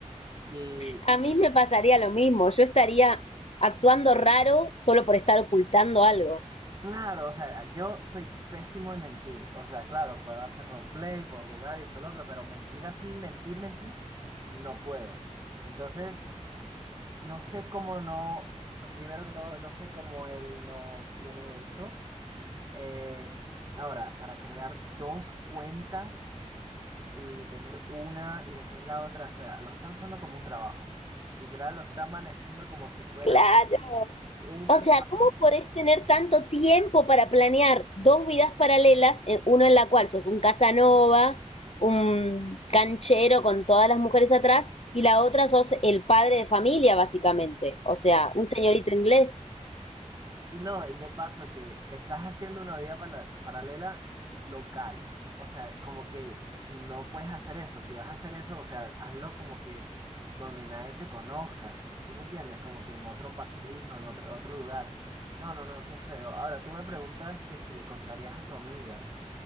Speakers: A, on the right (about 30°); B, on the left (about 55°).
A: y
B: A mí me pasaría lo mismo, yo estaría actuando raro solo por estar ocultando algo.
A: claro, o sea, yo soy pésimo en mentir. O sea, claro, puedo hacer roleplay, puedo jugar y esto lo otro, pero mentir así, mentir, mentir, no puedo. Entonces... No sé cómo no, primero que todo, no sé cómo él no tiene eso. Eh, ahora, para crear dos cuentas y tener una y después la otra, o sea, lo está usando como un trabajo. Literal, lo está manejando como si fuera
B: Claro.
A: un
B: O
A: trabajo.
B: sea, ¿cómo podés tener tanto tiempo para planear dos vidas paralelas, eh, uno en la cual sos un Casanova, un canchero con todas las mujeres atrás, y la otra sos el padre de familia, básicamente? O sea, un señorito inglés.
A: Y no, de paso que estás haciendo una vida pala- paralela local. O sea, como que no puedes hacer eso. Si vas a hacer eso, o sea, hazlo como que donde nadie te conozca. ¿Sí me entiendes? Como que en otro país o en otro, otro lugar. No, no, no, qué feo. Ahora, tú me preguntas que si le contarías a tu amiga.